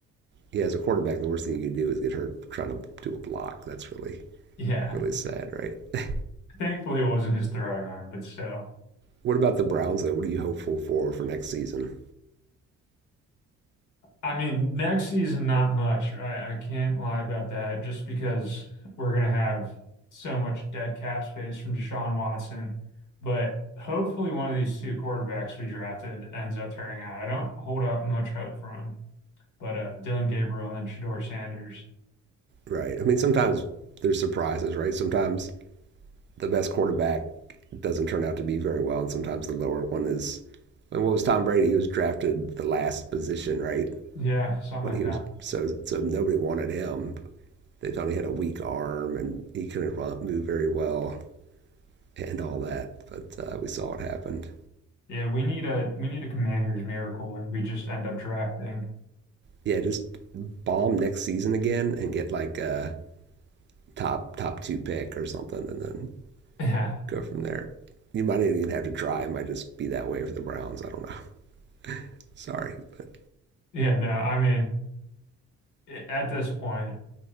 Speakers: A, on the right; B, on the left.
A: yeah, as a quarterback, the worst thing you can do is get hurt trying to do a block. That's really,
B: Yeah.
A: really sad, right?
B: Thankfully it wasn't his throwing arm, but still.
A: What about the Browns, though? What are you hopeful for for next season,
B: I mean, next season, not much. I, I can't lie about that just because we're going to have so much dead cap space from Deshaun Watson. But hopefully, one of these two quarterbacks we drafted ends up tearing out. I don't hold up much hope for him, but uh, Dylan Gabriel and then Shador Sanders.
A: right? I mean, sometimes there's surprises, right? Sometimes the best quarterback doesn't turn out to be very well, and sometimes the lower one is. And what was Tom Brady? He was drafted the last position, right?
B: Yeah, something
A: When
B: like
A: he
B: that.
A: was so so nobody wanted him. They thought he had a weak arm and he couldn't move very well and all that. But uh, we saw what happened.
B: Yeah, we need a we need a commander's miracle where we just end up drafting. <laughs>
A: yeah, just bomb next season again and get like a top top two pick or something, and then
B: Yeah.
A: go from there. You might not even have to try. It might just be that way for the Browns. I don't know. <laughs> Sorry, but
B: Yeah, no, I mean, at this point,